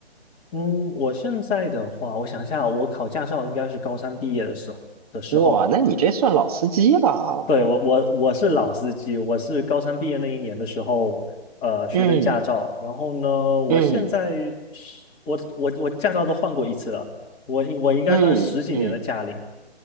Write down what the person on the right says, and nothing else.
哇，那你这算老司机了。
嗯
嗯
嗯嗯，